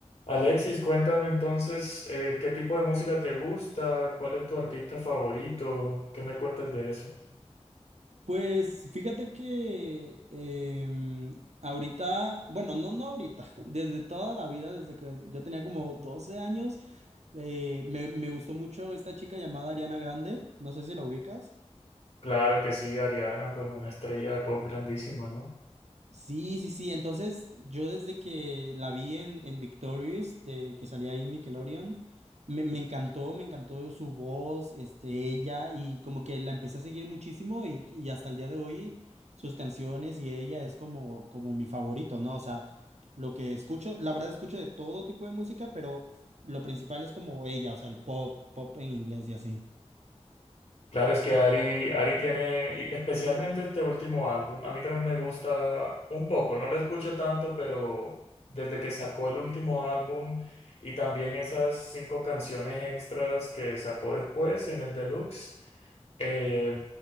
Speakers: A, on the left; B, on the right.
A: Alexis, cuéntame entonces, eh, ¿qué tipo de música te gusta? ¿Cuál es tu artista favorito? ¿Qué me cuentas de eso?
B: Pues fíjate que em, ahorita, bueno, no, no ahorita, <laughs> desde toda la vida, desde que yo tenía como 12 años, eh, me, me gustó mucho esta chica llamada Ariana Grande, no sé si la ubicas.
A: Claro que sí, Ariana, pues una estrella de pop grandísima, ¿no?
B: Sí, sí, sí. Entonces, yo desde que la vi en, en Victorious, de que salía ahí en Nickelodeon, me, me encantó, me encantó su voz, este, ella, y como que la empecé a seguir muchísimo y, y hasta el día de hoy sus canciones y ella es como, como mi favorito, ¿no? O sea, lo que escucho, la verdad escucho de todo tipo de música, pero lo principal es como ella, o sea, el pop, pop en inglés y así.
A: Claro, es que Ari, Ari tiene, y especialmente este último álbum, a mí también me gusta un poco, no lo escucho tanto, pero desde que sacó el último álbum y también esas cinco canciones extras que sacó después en el Deluxe. Eh,